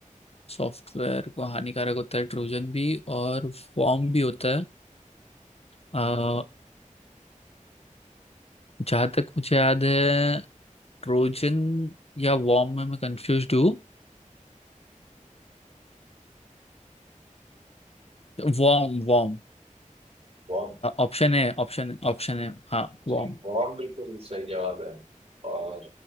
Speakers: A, on the left; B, on the right.
A: सॉफ्टवेयर को हानिकारक होता है ट्रोजन भी और वॉर्म भी होता है अ, जहाँ तक मुझे याद है ट्रोजन या वॉर्म में मैं कंफ्यूज हूँ Worm worm
B: worm
A: ऑप्शन है ऑप्शन ऑप्शन है हाँ
B: जी
A: वॉर्म
B: वॉर्म बिल्कुल सही जवाब है और